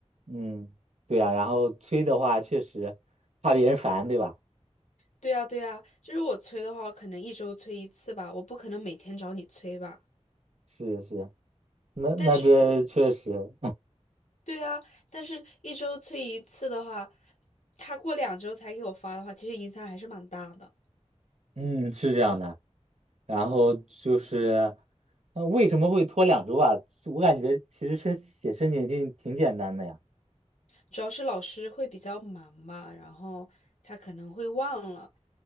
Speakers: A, on the right (about 70°); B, on the left (about 90°).
A: 嗯，对呀、然后催的话，确实怕别人烦，对吧？
B: 对呀，对呀，就是我催的话，可能一周催一次吧，我不可能每天找你催吧。
A: 是是，那那这确实，
B: 但是，对啊，但是一周催一次的话，他过两周才给我发的话，其实影响还是蛮大的。
A: <laughs> 嗯，是这样的。然后就是，那为什么会拖两周啊？我感觉其实申写申请信挺简单的呀，
B: 主要是老师会比较忙嘛，然后他可能会忘了。